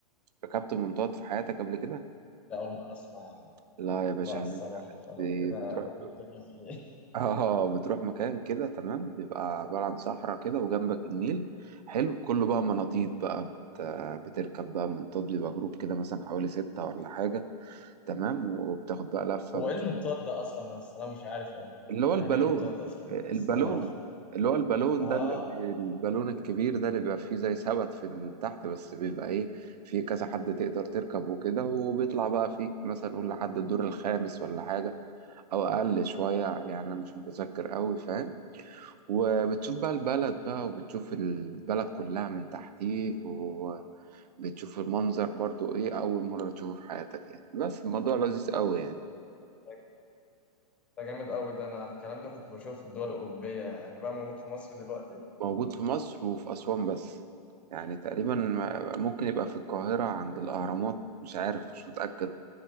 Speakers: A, on the right; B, in the centre.
A: ركبت منطاد في حياتك قبل كده
B: لا اول مرة اسمع عنه.
A: لا يا باشا
B: لا الصراحة
A: هناك
B: فلو
A: ب-
B: كده
A: بتروح
B: اقول الدنيا فيه ايه
A: اه بتروح مكان كده تمام بيبقى عبارة عن صحراء كده وجنبك النيل حلو كله بقى مناطيد بقى بت... بتركب بقى منطاد بيبقى جروب كده مثلا حوالي ستة ولا حاجة تمام وبتاخد بقى
B: <laughs>
A: لفة
B: هو
A: بتشوف
B: ايه المنطاد ده اصلا انا الصراحة مش عارف يعني
A: اللي هو
B: يعني
A: البالون
B: ايه منطاد اصلا
A: البالون
B: يعني اصل انا ما اعرف
A: اللي هو البالون
B: اه
A: ده اللي بي- البالون الكبير ده اللي بيبقى فيه زي سبت في ال- تحت بس بيبقى ايه فيه كذا حد تقدر تركب وكده وبيطلع بقى فيك مثلا نقول لحد الدور الخامس ولا حاجة أو أقل شوية يعني أنا مش متذكر أوي فاهم وبتشوف بقى البلد بقى وبتشوف البلد كلها من تحتيك وبتشوف المنظر برضو ايه أول مرة تشوفه في حياتك يعني بس الموضوع لذيذ أوي يعني
B: ده ده جامد قوي ده انا الكلام ده كنت بشوفه في الدول الاوروبية يعني بقى موجود في مصر دلوقتي
A: موجود في مصر وفي أسوان بس يعني تقريبا ما- ممكن يبقى في القاهرة عند الأهرامات مش عارف مش متأكد